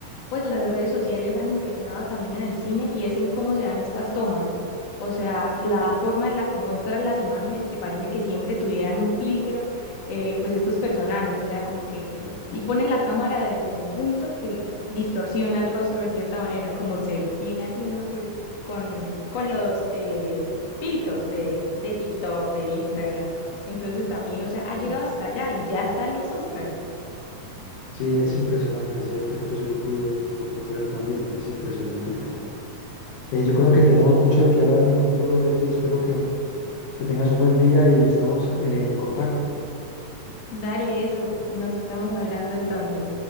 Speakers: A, on the left; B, on the left.
A: pues las redes sociales han impregnado también en el cine y es en cómo se dan estas tomas. O sea, la forma en la que muestran las imágenes que parece que siempre tuvieran un filtro, eh, pues estos personajes, o sea, como que
B: Exacto.
A: y ponen la cámara desde un punto que distorsiona el rostro de cierta manera, como se viene haciendo pues con, con los eh, filtros de, de TikTok, de Instagram. Entonces también, o sea, ha
B: Exacto.
A: llegado hasta allá y ya están los Óscares.
B: Sí, es impresionante, ese efecto yo lo pude, lo pude ver también, es impresionante el tema. Eh, yo creo que tenemos mucho de qué hablar en el futuro, Leslie, espero que, que tengas un buen día y estamos eh, en contacto.
A: Dale eso, nos estamos hablando entonces.